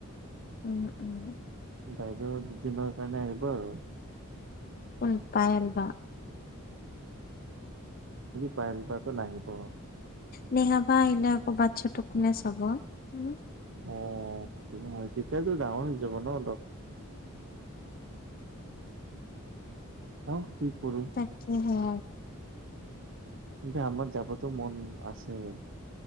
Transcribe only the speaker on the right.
বাইদেউ দুদিনৰ কাৰণে আহিব আৰু।
পায়েল বাটো নাহিব
অ', তেতিয়াতো ডাঙৰ হৈ যাব ন। অ', কি? কৰো
কিন্তু আমাৰ যাবতো মন আছে।